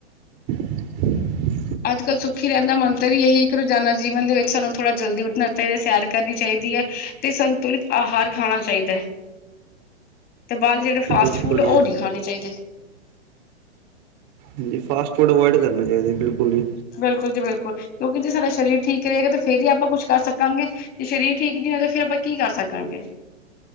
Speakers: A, on the right; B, on the left.
A: <unintelligible>
B: ਅੱਜ-ਕੱਲ੍ਹ ਸੁਖੀ ਰਹਿਣ ਦਾ ਮੰਤਰ ਵੀ ਇਹੀ ਇੱਕ ਰੋਜ਼ਾਨਾ ਜੀਵਨ ਦੇ ਵਿੱਚ ਸਾਨੂੰ ਥੋੜ੍ਹਾ ਜਲਦੀ ਉੱਠਣਾ ਚ ਸੈਰ ਕਰਨੀ ਚਾਹੀਦੀ ਹੈ, ਤੇ ਸੰਤੁਲਿਤ ਆਹਾਰ ਖਾਣਾ ਚਾਹੀਦਾ ਹੈ। ਤੇ ਬਾਅਦ ਜਿਹੜੇ ਫਾਸਟ
A: ਬਿਲਕੁਲ
B: ਫੂਡ ਉਹ
A: ਜੀ
B: ਨਹੀਂ ਖਾਣੇ ਚਾਹੀਦੇ।
A: ਹਾਂਜੀ, ਫਾਸਟ ਫੂਡ ਅਵਾਇਡ ਕਰਨੇ ਚਾਹੀਦੇ ਬਿਲਕੁਲੀ
B: ਬਿਲਕੁਲ ਜੀ ਬਿਲਕੁਲ, ਕਿਉਂਕਿ ਜੇ ਸਾਡਾ ਸਰੀਰ ਠੀਕ ਰਹੇਗਾ, ਤਾਂ ਫੇਰ ਹੀ ਆਪਾਂ ਕੁਛ ਕਰ ਸਕਾਂਗੇ। ਤੇ ਸਰੀਰ ਠੀਕ ਨੀ ਹੈਗਾ, ਫੇਰ ਆਪਾਂ ਕੀ ਕਰ ਸਕਾਂਗੇ।